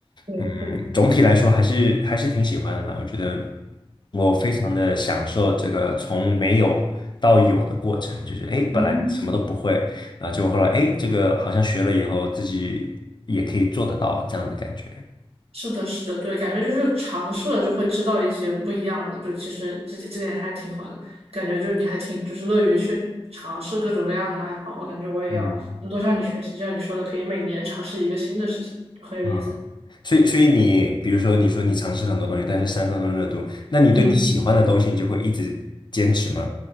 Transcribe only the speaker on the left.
嗯，
总体来说还是还是挺喜欢的啦。我觉得我非常的享受这个从没有到有的过程，就是哎，诶本来什么都不会，
然后结果后来哎，诶这个好像学了以后自己也可以做得到这样的感觉。
嗯。
嗯，所以所以你比如说你说你尝试很多东西，但是三分钟热度，那你对你喜欢的东西，
你就会一直坚持吗？